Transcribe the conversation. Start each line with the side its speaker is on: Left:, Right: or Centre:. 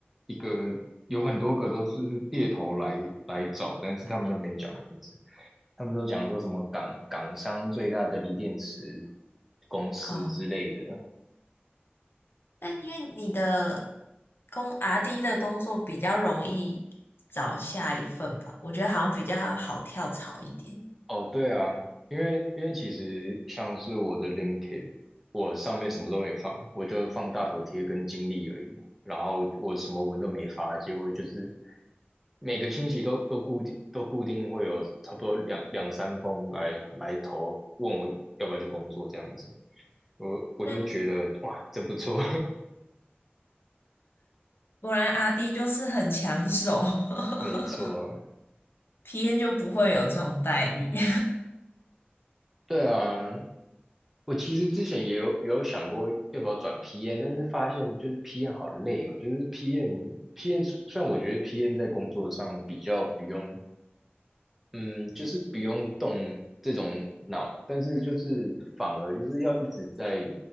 Centre: 一个有很多个都是猎头来来找，但是他们都没讲名字，他们都讲说什么港港商最大的锂电池公司之类的。
Left: 啊。但因为你的工阿 d 的工作比较容易找下一份吧，我觉得好像比较好跳槽一点。
Centre: 哦，对啊，因为因为其实像是我的 LinkedIn，我上面什么都没放，我就放大头贴跟经历而已，然后我什么文都没发，结果就是每个星期都都固定都固定会有差不多两两三封来来投，问我要不要去工作这样子，我我就觉得哇，
Left: 但
Centre: 这不错，
Left: 果然阿 D 就是很抢手 <laughs>
Centre: <laughs> 没错啊，
Left: p N 就不会有这种待遇。<laughs>
Centre: 对啊，我其实之前也有也有想过要不要转 PM，但是发现就是 PM 好累哦，就是 PM PM 虽虽然我觉得 PM 在工作上比较不用嗯，就是不用动这种脑，但是就是反而就是要一直在